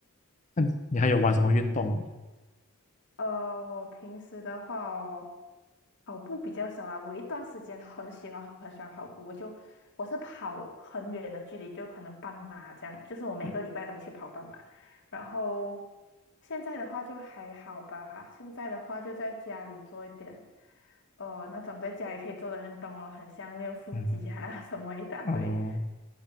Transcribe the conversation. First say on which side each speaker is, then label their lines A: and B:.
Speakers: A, on the left (about 35°); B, on the left (about 55°).
A: 那你你还有玩什么运动哦？
B: 呃，我平时的话哦，跑步比较少啦。我有一段时间很喜欢很喜欢跑步，我就我是跑很远的距离，就可能半马这样，就是我每个礼拜都会去跑半马。
A: 嗯
B: 然后现在的话就还好吧，现在的话就在家里做一点，呃，那种在家里可以做的运动哦，很像练腹肌啊
A: 嗯
B: <laughs> 什么一大堆。
A: 哦，